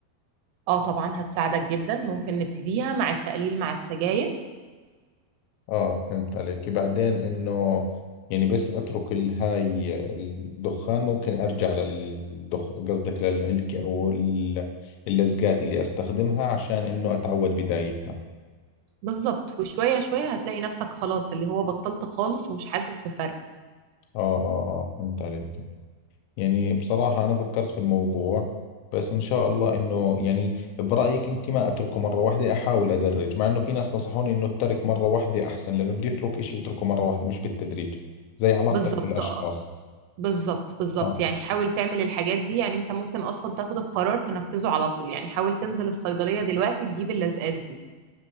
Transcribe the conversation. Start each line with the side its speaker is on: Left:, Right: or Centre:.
Right: اه طبعا هتساعدك جدا ممكن نبتديها مع التقليل مع السجاير
Left: اه فهمت عليك بعدين انه يعني بس اترك ال- هاي الدخان ممكن ارجع للدخ قصدك للعلكة او ال- اللزقات اللي استخدمها عشان انه اتعود بدايتها
Right: بالظبط وشوية شوية هتلاقي نفسك خلاص اللي هو بطلت خالص ومش حاسس بفرق
Left: اه اه اه فهمت عليك يعني بصراحة أنا فكرت في الموضوع بس إن شاء الله إنه يعني برأيك أنت ما أتركه مرة واحدة أحاول أدرج مع إنه في ناس نصحوني إنه أترك مرة واحدة أحسن لأنه بدي أترك إشي بتركه مرة واحدة مش بالتدريج زي علاقتك
Right: بالظبط
Left: بالأشخاص
Right: آه، بالظبط بالظبط
Left: آه
Right: يعني حاول تعمل الحاجات دي يعني انت ممكن اصلا تاخد القرار تنفذه على طول يعني حاول تنزل الصيدلية دلوقتي تجيب اللزقات دي